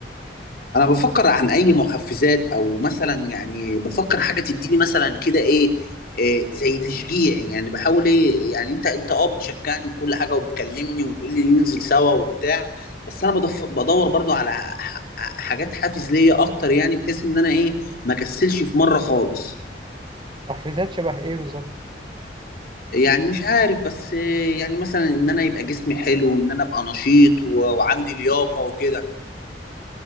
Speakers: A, on the left; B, on the right.
A: انا بفكر عن اي محفزات او مثلا يعني بفكر حاجه تديني مثلا كده ايه إيه زي تشجيع يعني بحاول ايه يعني انت انت اه بتشجعني وكل حاجه وبتكلمني وتقول لي ننزل سوا وبتاع بس انا بدف بدور برضو على ح- حاجات حافز ليا اكتر يعني بحيث ان انا ايه ما كسلش في مره خالص
B: تحفيزات شبه ايه بالظبط
A: يعني مش عارف بس إيه يعني مثلا ان انا يبقى جسمي حلو وان انا ابقى نشيط و- وعندي لياقه وكده